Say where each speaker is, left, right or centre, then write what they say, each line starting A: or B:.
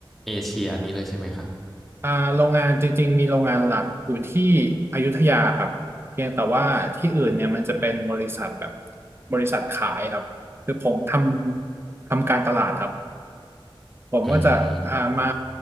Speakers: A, in the centre; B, on the right (about 25°).
A: เอเชียนี้เลยใช่ไหมครับ
B: อ่าโรงงานจริงๆมีโรงงานหลักอยู่ที่อยุธยาครับเพียงแต่ว่าที่อื่นเนี่ยมันจะเป็นบริษัทแบบบริษัทขายครับคือผมทำทำการตลาดครับผมก็จะอ่ามา
A: อืม